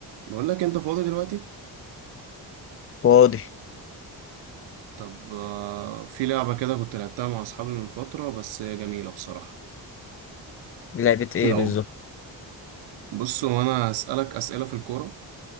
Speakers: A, on the right (about 80°); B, on the left (about 30°).
A: بقول لك انت فاضي دلوقتي
B: فاضي
A: طب آه، في لعبة كده كنت لعبتها مع اصحابي من فترة بس هي جميلة بصراحة
B: لعبة ايه
A: لو
B: بالظبط
A: بص هو انا اسالك اسئلة في الكورة